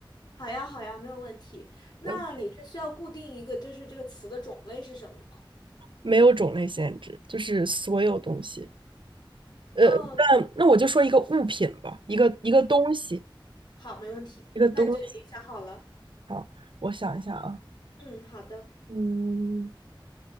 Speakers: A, on the left; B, on the right.
A: 好呀，好呀，没有问题。那你是需要固定一个，
B: ？OK，
A: 就是这个词的种类是什么吗？
B: 没有种类限制，就是所有东西。呃，
A: 哦，
B: 那那我就说一个物品吧，一个一个东西，
A: 好，没问题。
B: 一个东西。
A: 那你就已经想好了。
B: 啊，我想一下啊，
A: 嗯，好的。
B: 嗯，